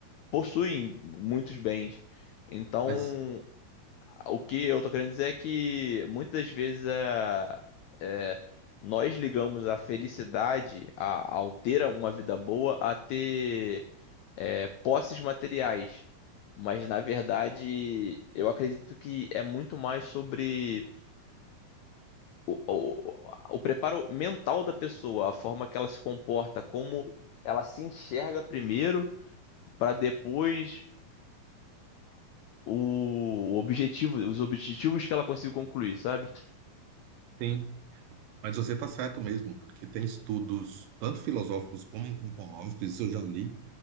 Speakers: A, on the left (about 85°); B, on the right (about 75°).
A: possuem muitos bens. Então,
B: Mas
A: o que eu tô querendo dizer é que muitas das vezes é, é, nós ligamos a felicidade, a, ao ter uma vida boa, a ter é, posses materiais. Mas na verdade, eu acredito que é muito mais sobre o, o, o preparo mental da pessoa, a forma que ela se comporta, como ela se enxerga primeiro, para depois o objetivo, os objetivos que ela consiga concluir, sabe?
B: sim, mas você está certo mesmo, porque tem estudos, tanto filosóficos como antropológicos, isso eu já li,